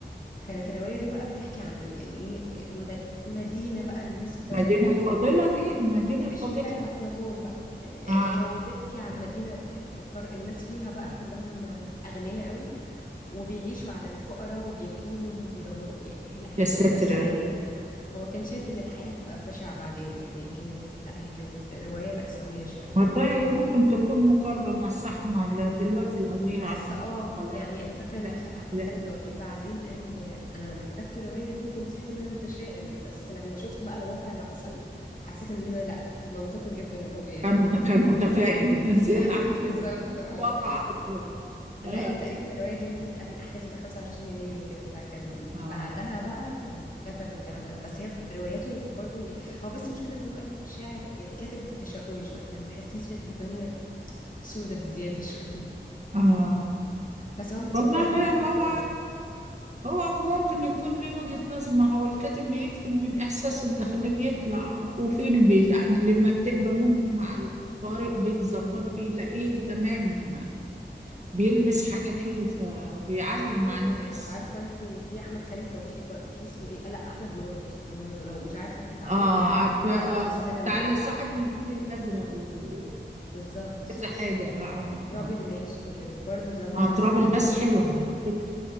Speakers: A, on the left; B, on the right.
A: كانت الرواية دي بقى بتحكي عن يعني ايه مد- مدينة بقى الناس قرروا
B: المدينه الفاضله دي المدينه
A: مش
B: الفاضله
A: بتاعت أفلاطون بقى يعني
B: آه
A: آه، آه، هو بيحكي عن مدينة يعني القر- الناس فيها بقى كلهم آه، أغنياء قوي وبيعيشوا على الفقراء وبياكلوهم وبيدمروا يعني هي- لا هي
B: يا ساتر
A: قصة مأساوية
B: يا رب
A: جدا هو كان شايف إن الحياة هتبقى بشعة بعدين يعني هي كانت لا هي كانت رواية مأساوية شوية
B: والله ممكن تكون مقاربة مع الصحنة لا دلوقتي الأغنياء عدنا
A: بس اه
B: ولا
A: يعني انا فاكره ان
B: لا
A: خ- احمد
B: لا،
A: خالد توفيق بعدين قال آه، انا لما كتبت الروايه دي كنت شايف ان انا متشائم بس لما شفت بقى الواقع اللي حصل حسيت ان انا لا كنت منطقي جدا وطبيعي
B: كان كان متفائل <laughs> زيادة
A: <laughs>
B: عن
A: بالظبط
B: اللزوم
A: اه
B: في الواقع أصلا آه
A: لان تقريبا الروايه دي نزلت قبل احداث بقى 25 يناير وكده فكان
B: آه
A: بعدها بقى كان كتب الكلام ده بس هي رواياته برضو هو بس المشكله ان هو شاعر يعني كاتب تشاؤمي شويه يعني بتحسيه شايف الدنيا سودة بزياده شويه <laughs>
B: آه
A: بس هو من الكتاب
B: والله
A: الجدد
B: هو
A: التقال
B: هو ممكن يكون له وجهة نظر ما هو الكاتب بيكتب من إحساسه الداخلي بيطلع وفي اللي بي... لما بتبقى موجته مع القارئ بيتظبط بيلاقيه تمام بيلمس حاجة فيه فبيعلم
A: في
B: مع
A: برضو
B: الناس
A: عارفه انت في احمد خالد توفيق بر- في اسمه ايه لا احمد مراد برضو لو مش عارفه كانت عمل
B: اه
A: له افلام
B: عارفة
A: اتعرضت
B: اه
A: في السينما
B: بتاع اللي صاحب الفيل الأزرق وكذا
A: بالظبط
B: حاجة اه عمل
A: تراب
B: اه
A: الماس وكده برضو ده من
B: اه
A: الناس
B: تراب
A: اللي
B: الماس حلو على فكرة